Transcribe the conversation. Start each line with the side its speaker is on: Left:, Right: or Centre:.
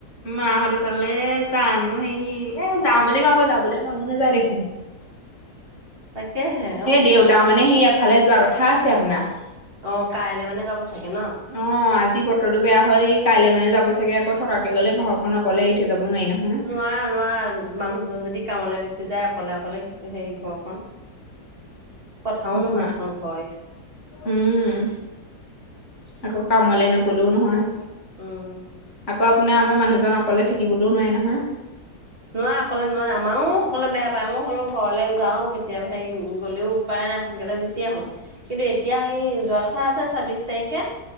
Left: মাহঁতৰ তালে জানো হেৰি এ যাম বুলি ভাবো, আকৌ যাবলৈ মনো নাযায় দেখোন।
Right: <inaudible> তাকেহে
Left: দেউতা মানে হেৰী এফালে যোৱা কথা আছে আপোনাৰ।
Right: অ' কাইলে মানে যাব চাগে ন?
Left: অ' আজি বতৰটো বেয়া হ'য় কাইলৈ মানে যাব চাগে আকৌ থকাকে গলে ঘৰখন অকলে এৰি থৈ যাব নোৱাৰি নহয়।
Right: নোৱাৰা নোৱাৰা, মানুহজন যদি কামলৈ গুচি যায় অকলে অকলে হেৰি ঘৰখন কথাও
Left: যিমান
Right: নহয় এখন ঘৰ এৰি থৈ
Left: উম আকৌ কামলে নগলেও নহয়।
Right: উম
Left: আকৌ আপোনাৰ আমাৰ মানুহজন অকলে থাকিবলৈও নোৱাৰে নহয়।
Right: নোৱাৰে অকলে নোৱাৰে, আমাৰো অকলে বেয়া পায় মই হলেও ঘৰলে যাও কেতিয়াবা হেৰি গ'লেও উপায় নাই, সোনকালে গুচি আহো। কিন্তু এতিয়া সেই যোৱা কথা আছে ছাব্বিশ তাৰিখে।